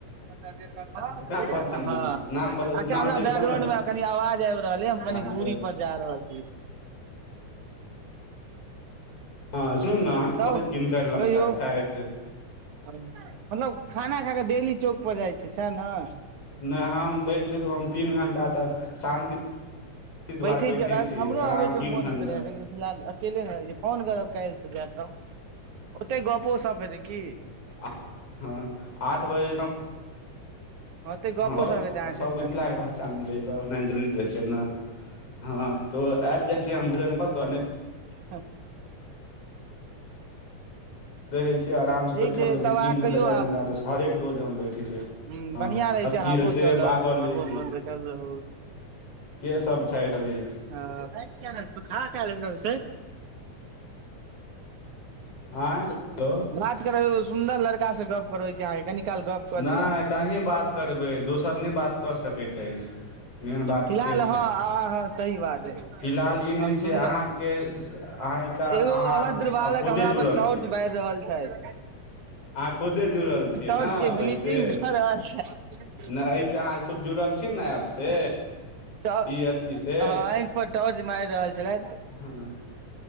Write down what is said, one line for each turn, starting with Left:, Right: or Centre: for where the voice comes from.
Right: हँ अच्छा
Left: केना पहचानबै हम नाम बते नाम
Right: हमरा
Left: बतेबै
Right: बैकग्राउंड
Left: तब ने
Right: मे कनि आवाज आबि रहलै
Left: पहचानबै
Right: हम कनी दूरी पर जा रहल छी ओ
Left: हँ सुनू न हम
Right: तब
Left: कहबैत किनकर लड़का
Right: कहियौ
Left: छथि
Right: मतलब खाना खा कऽ डेली चौक पर जाइ छै सैह नऽ
Left: नहि हम बैट देतो हम तीन घण्टा तक शान्ति दुआरे
Right: बैठे छिय
Left: छियै
Right: हमरो
Left: आराम
Right: अबय
Left: से
Right: के
Left: तीन
Right: मोन
Left: घंटा
Right: होइत रहै लेकिन फिलहाल अकेले भऽ जाय छिये फोन करब काल्हि से जायब तब ओते गपो सप हेतै की
Left: आ हँ आठ बजे सँ
Right: ओते गपो
Left: हँ सब
Right: सप हेतै अहाँ
Left: सब
Right: टेंशन
Left: मिथिलाके
Right: नहि लिअ
Left: पहचान छै सब जरुरी रहै छै न हँ तो आबि जाइ छी हम भोजन क कऽ नइ
Right: हँ
Left: रहै छै आरामसँ
Right: ठीक
Left: बैठल रहै छै
Right: तब
Left: तीन
Right: अहाँ
Left: घण्टा
Right: कहियौ
Left: चारि घण्टा तऽ हरेक रोज हम बैठै छियै
Right: हुँ
Left: हँ
Right: बढ़िया रहै
Left: अथी
Right: छै हाबो
Left: से
Right: चलल
Left: बात कऽ लै
Right: आबो
Left: छै
Right: अपन बैठल रहू
Left: के सब छैथ अभी
Right: तू भाइग कीयाऽ रहय छिही तू खा कए आयल हेबी अभिषेक
Left: आँय हेलो
Right: कहियौ न बात करब एगो सुन्दर लड़का सँ गप करबै छी अहाँके कनि काल गप कऽ
Left: नहि
Right: लियऽ
Left: तऽ अहीं बात करबै दोसर नहि बात कऽ सकैत अछि मेन बात
Right: फिलहाल
Left: से
Right: हँ
Left: छै
Right: हँ हँ सही बात हैय
Left: फिलहाल ई नहि
Right: हम
Left: छै
Right: सुन्दर
Left: अहाँके अहाँके
Right: एगो
Left: अहाँ
Right: अभद्र बालक
Left: खुदे
Right: हमरा
Left: जुड़ल
Right: पर टॉर्च
Left: छियै
Right: बारि रहल छैथ
Left: अहाँ खुदे जुड़ल छियै
Right: <unintelligible> टर्चकेँ
Left: ने ओहिसे
Right: ब्लीचिंग क रहल छैथ
Left: नहि एहिस अहाँ खुद जुड़ल छियै ने ऐप से
Right: <unintelligible> ट
Left: ई अथी से
Right: हँ आँखि पर टॉर्च मारि रहल छलैथ
Left: हँ